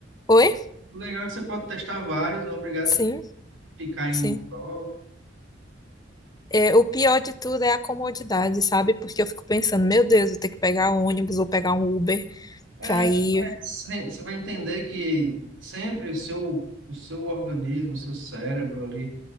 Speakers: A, on the left; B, on the right.
A: oi?
B: O legal é que você pode testar vários, não é obrigado
A: Sim,
B: a ficar em
A: sim.
B: um só.
A: É, o pior de tudo é a comodidade, sabe? Porque eu fico pensando, meu Deus, vou ter que pegar um ônibus ou pegar um Uber
B: É,
A: pra ir.
B: Sim, Você vai entender que sempre o seu, o seu organismo, o seu cérebro ali,